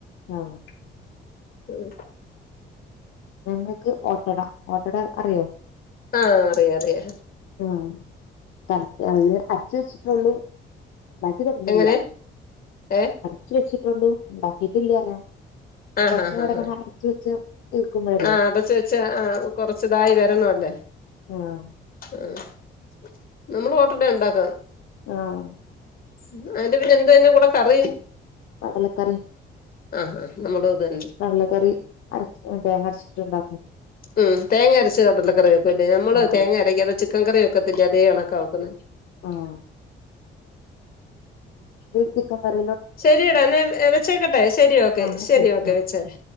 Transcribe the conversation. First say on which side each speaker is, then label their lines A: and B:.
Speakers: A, on the left; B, on the left.
A: ആഹ്
B: ഉം
A: ഞങ്ങക്ക് ഓട്ടട ഓട്ടട അറിയോ
B: ആഹ് അറിയ അറിയാ
A: ആഹ് കലത്ത് അതിന് അരച്ച് വെച്ചിട്ടൊള്ളൂ ഉണ്ടാക്കി തൊടങ്ങില്യ
B: എങ്ങനെ ഏഹ്
A: ച്ച് വെച്ചിട്ടുള്ളു ഉണ്ടാക്കിട്ടില്യ പറയ
B: ആഹ്
A: കൊറച്ച്
B: ആഹ്
A: നേരംങ്ങനെ
B: ആഹ് ആഹ്
A: അരച്ച് വെച്ച് തീർക്കുമ്പോഴേ
B: ആഹ് അടച്ചു വെച്ച് ആഹ് കൊറച്ചിതായി വരണോല്ലേ
A: ആഹ്
B: ഉം നമ്മള് ഓട്ടഡ ഉണ്ടാക്കാന്ന്
A: ആഹ്
B: ഉം അന്നിട്ട് പിന്നെ എന്തുവാ അതിന്റ്കൂടെ കറി
A: കടലക്കറി
B: ആഹ് ആഹ് നമ്മളും അത് തന്നെ
A: കടലക്കറി അരച്ച് തേങ്ങ അരച്ചിട്ടുണ്ടാക്കും
B: ഉം തേങ്ങ അരച്ച് കടലക്കറിവെക്കുവല്ലേ നമ്മള്
A: ആഹ്
B: തേങ്ങ
A: ആഹ്
B: അരയ്ക്കാതെ ചിക്കൻ കറിവെക്കത്തില്ലേ അതേ കണക്കാ വെക്കുന്നെ
A: ആഹ് ദ് ചിക്കൻ കറി
B: ശരിയെടാ എന്നാ വെച്ചേക്കട്ടെ ശരി ഓക്കെ
A: അങ്ങനെ
B: ശരി
A: ആ
B: ഓക്കെ വെച്ചേരെ